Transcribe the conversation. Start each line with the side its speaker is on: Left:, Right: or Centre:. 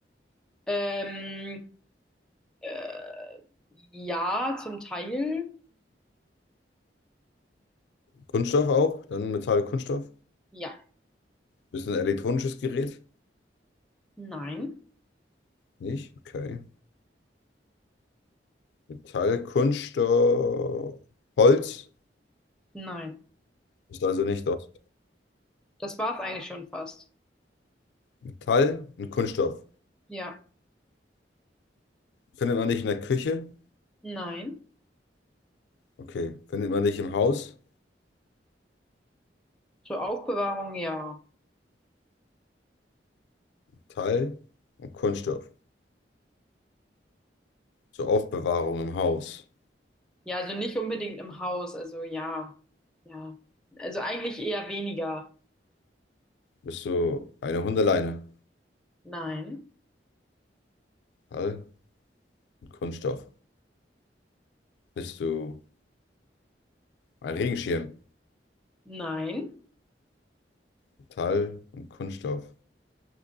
Centre: Ähm, äh, ja, zum Teil.
Left: Kunststoff auch? Dann Metall, Kunststoff?
Centre: Ja.
Left: Bist du ein elektronisches Gerät?
Centre: Nein.
Left: Nicht? Okay. Metall, Kunststoff, Holz?
Centre: Nein.
Left: Bist also nicht aus
Centre: Das war's eigentlich schon fast.
Left: Metall und Kunststoff.
Centre: Ja.
Left: Findet man nicht in der Küche?
Centre: Nein.
Left: Okay. Findet man nicht im Haus?
Centre: Zur Aufbewahrung, ja.
Left: Teil und Kunststoff. Zur Aufbewahrung im Haus
Centre: Ja, also nicht unbedingt im Haus, also ja. Ja. Also eigentlich eher weniger.
Left: bist du eine Hundeleine,
Centre: Nein.
Left: Metall und Kunststoff. Bist du ein Regenschirm,
Centre: Nein.
Left: Metall und Kunststoff.